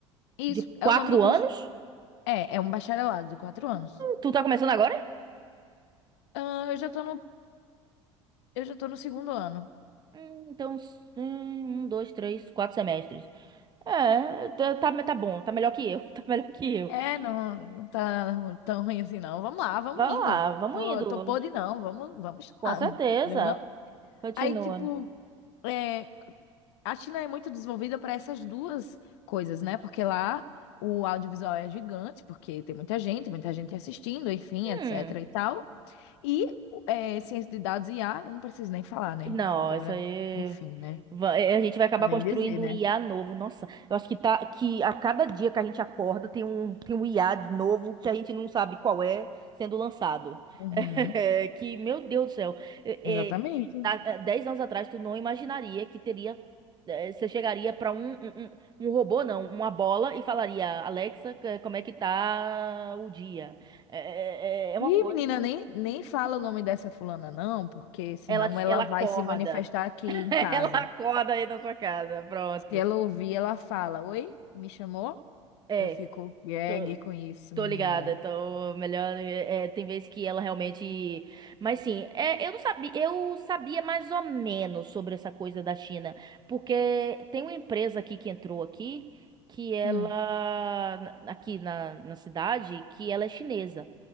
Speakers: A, on the left (about 60°); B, on the right (about 25°).
A: isso,
B: De quatro
A: é o nome do curso.
B: anos?
A: É, é um bacharelado de quatro anos.
B: Tu tá começando agora?
A: Ah, eu já tô no, eu já tô no segundo ano.
B: Hum, Então, s- hum, um, dois, três, quatro semestres. É, tá, tá tá bom, tá melhor que eu, <laughs> tá melhor que eu.
A: É, não, não tá tão ruim assim, não. Vamos lá, vamos
B: Vamos
A: indo.
B: lá, vamos
A: Tô,
B: indo.
A: tô podre, não. Vamos, vamos estudando.
B: Com certeza.
A: não. é não?
B: Continua.
A: Aí, tipo, é, A China é muito desenvolvida para essas duas coisas, né? Porque lá o audiovisual é gigante, porque tem muita gente, muita gente assistindo, enfim,
B: Hum.
A: etc e tal. E é, ciência de dados e IA, eu não preciso nem falar, né?
B: Não,
A: Agora,
B: isso aí.
A: enfim, né?
B: va- é, A gente vai acabar
A: Pra nem
B: construindo
A: dizer, né?
B: um IA novo. Nossa, eu acho que tá que a cada dia que a gente acorda tem um, tem um IA de novo que a gente não sabe qual é sendo lançado.
A: Uhum,
B: <laughs> que, meu Deus do céu. É,
A: exatamente.
B: é, há há 10 anos atrás, tu não imaginaria que teria. é, Você chegaria para um, um, um um robô, não, uma bola, e falaria: Alexa, c- como é que tá o dia? É, é é é uma
A: E
B: coisa.
A: menina, nem, nem fala o nome dessa fulana, não, porque senão
B: Ela,
A: ela
B: ela
A: vai
B: acorda.
A: se manifestar aqui
B: <laughs>
A: em casa.
B: Ela acorda aí na sua casa, pronto.
A: Se ela ouvir, ela fala: Oi, me chamou?
B: É,
A: Eu fico gag
B: tô-
A: com isso,
B: Tô
A: menina.
B: ligada, tô melhor. é, tem vezes que ela realmente. Mas sim, é, eu não sabia, eu sabia mais ou menos sobre essa coisa da China, porque tem uma empresa aqui que entrou aqui, que ela
A: Hum.
B: na- aqui na, na cidade, que ela é chinesa.